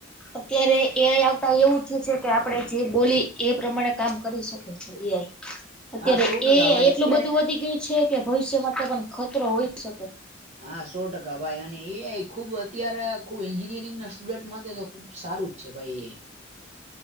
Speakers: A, in the centre; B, on the right.
A: અત્યારે એ આઈ આવતા એવું થ્યુ છે કે આપણે જે બોલી એ પ્રમાણે કામ કરી શકી. એ આઈ અત્યારે
B: હા સો ટકા
A: એ આઈ
B: ભાઈ
A: એટલું
B: અત્યારે
A: બધું વધી ગયું છે કે ભવિષ્ય માટે પણ ખતરો હોઈ જ શકે.
B: હા સો ટકા ભાઈ અને એ આઈ ખુબ અત્યારે ખુબ એન્જિનિયરિંગ ના સ્ટુડન્ટ માટે તો સારું જ છે ભાઈ એ આઈ